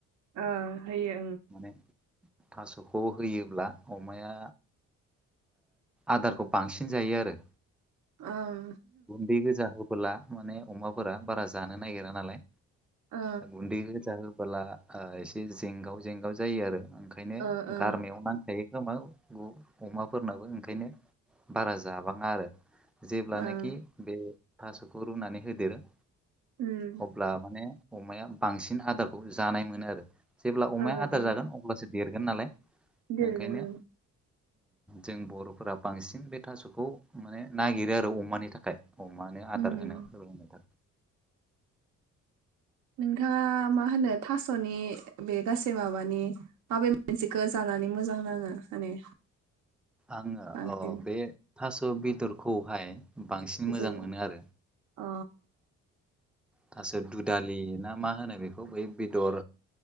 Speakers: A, on the right; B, in the centre.
A: ओ होयो
B: माने थास'खौ होयोब्ला अमाया आदारखौ बांसिन जायो आरो
A: ओं
B: गुन्दै गोजा होबोला माने अमाफोरा बारा जानो नागिरा नालाय
A: ओं
B: गुन्दै गुजा होबोला ओ एसे जेंगाव जेंगाव जायो आरो ओंखायनो
A: ओ ओ
B: गारनाययाव नांथायो जमा अमाफोरनाबो ओंखायनो बारा जाबाङा आरो जेब्लानाखि
A: ओं
B: बे थास'खौ रुनानै होदेरो
A: उम
B: अब्ला माने अमाया बांसिन आदारखौ जानाय मोनो आरो जेब्ला अमाया
A: ओ
B: आदार
A: ओं
B: जागोन अब्लासो देरगोन नालाय
A: देरगानो
B: ओंखायनो जों बर'फोरा बांसिन बे थास'खौ माने नागिरो आरो अमानि थाखाय अमानो
A: उम
B: आदार होनो औ नोंथां
A: नोंथाङा मा होनो थास'नि बे गासै माबानि माबे मोनसेखौ जानानै मोजां नाङो माने
B: आङो
A: बांसिन
B: बे थास' बेदरखौहाय बांसिन
A: बेदर
B: मोजां मोनो आरो
A: अ
B: थासो दुदालि ना मा होनो बेखौ बै बेदर